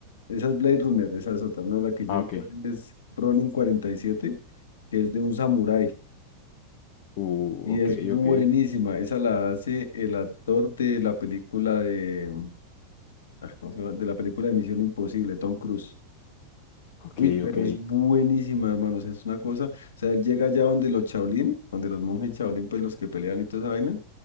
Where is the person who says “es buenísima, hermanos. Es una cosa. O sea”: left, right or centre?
Left